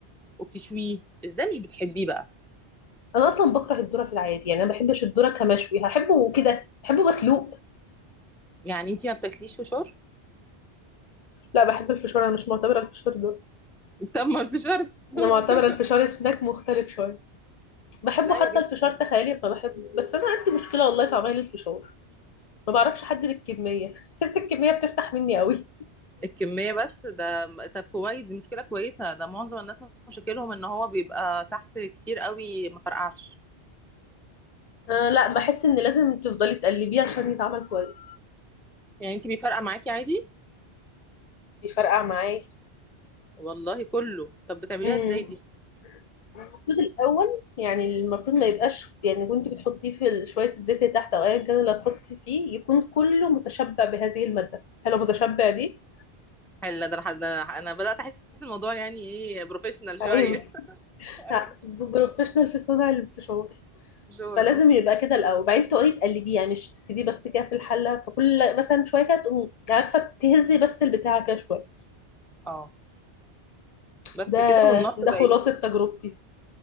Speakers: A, in the centre; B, on the left.
A: وبتشويه ازاي مش بتحبيه بقى
B: انا اصلا بكره الذره في العادي يعني انا ما بحبش الذره كمشوي هحبه كده بحبه مسلوق
A: يعني انتي ما بتاكليش فشار
B: لا بحب الفشار انا مش معتبره الفشار ذره
A: <laughs> طب ما الفشار ذرة
B: انا معتبره
A: <laughs>
B: الفشار سناك مختلف شويه بحبه
A: لا
B: حتى
A: يا بنتي
B: الفشار
A: ده
B: تخيلي ما بحبه بس انا عندي مشكله والله في عمايل الفشار ما بعرفش احدد الكميه <laughs> بحس الكميه بتفتح مني قوي
A: الكمية بس ده طب كويس دي مشكلة كويسة ده معظم الناس مشاكلهم ان هو بيبقى تحت كتير قوي ما فرقعش
B: آه لا بحس ان لازم تفضلي تقلبيه عشان يتعمل كويس
A: يعني انتي بيفرقع معاكي عادي
B: بيفرقع معايا
A: والله كله طب بتعمليها
B: امم
A: ازاي دي
B: المفروض الاول يعني المفروض ما يبقاش يعني وانت بتحطيه في ال- شويه الزيت اللي تحت او ايا كان اللي هتحطي فيه يكون كله متشبع بهذه الماده هل هو متشبع دي
A: حلو ده لحد ده انا بدأت احس الموضوع يعني ايه بروفيشنال شوية
B: عيب
A: <laughs> ايوه
B: <laughs> بروفيشنال في صنع الفشار
A: فشار
B: فلازم
A: اه
B: يبقى كده الاول بعدين تقعدي تقلبيه يعني مش تسيبيه بس كده في الحله فكل مثلا شويه كده تقومي عارفه تهزي بس البتاع كده شويه
A: اه بس
B: ده
A: كده والنار تبقى
B: ده خلاصه
A: ايه
B: تجربتي